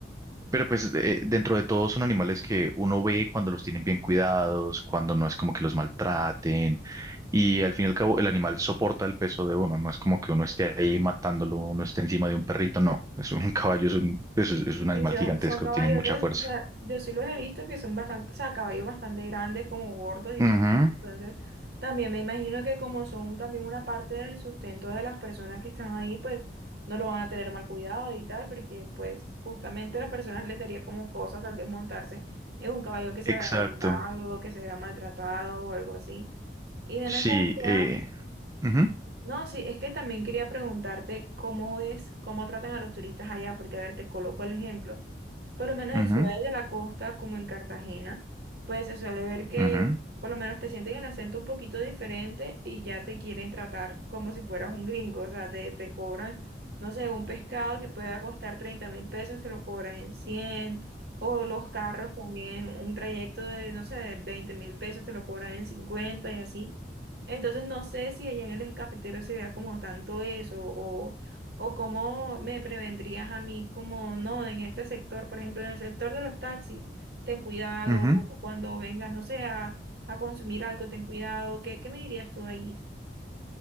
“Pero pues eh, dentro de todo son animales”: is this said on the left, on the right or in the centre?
Right